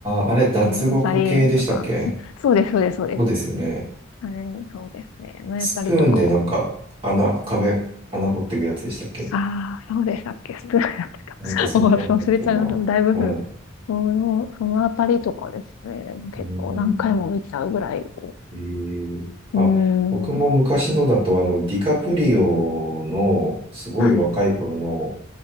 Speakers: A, on the right; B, on the left.
A: あ、あれ、脱獄系でしたっけ
B: あのあたりとか、そうです、そうです、そうです。
A: そうですよね。
B: うん、そうですね。のやたりとかは。
A: スプーンでなんか、穴、壁、穴掘っていくやつでしたっけ
B: ああ、そうでしたっけスプーンやってた。
A: なんかそんなんだったよ
B: <laughs> もう忘れちゃいました。だいぶ、
A: うな。はい。
B: その、そのあたりとかですね。結構何回も見ちゃうぐらい。
A: うーん。えー。あ、
B: うーん。
A: 僕も昔のだと、あの、ディカプリオの、すごい若い頃の、
B: はい。